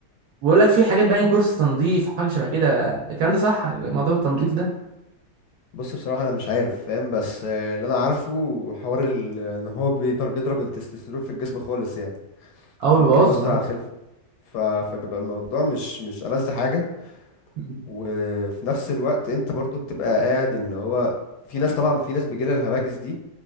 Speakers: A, on the right; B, on the left.
A: بقول لك في حاجات باين كورس تنظيف حاجه شبه كده الكلام ده صح موضوع التنظيف ده
B: بص بصراحة انا مش عارف فاهم بس آه، اللي انا عارفه حوار ال- ان هو بيضرب بيضرب التستوستيرون في الجسم خالص يعني
A: او
B: فممكن
A: بيبوظه
B: يأثر
A: اه
B: على الخلفة ف... فبيبقى الموضوع مش مش ألذ حاجة
A: مم.
B: وفي نفس الوقت انت برضو بتبقى قاعد اللي هو في ناس طبعا في ناس بيجيلها الهواجس دي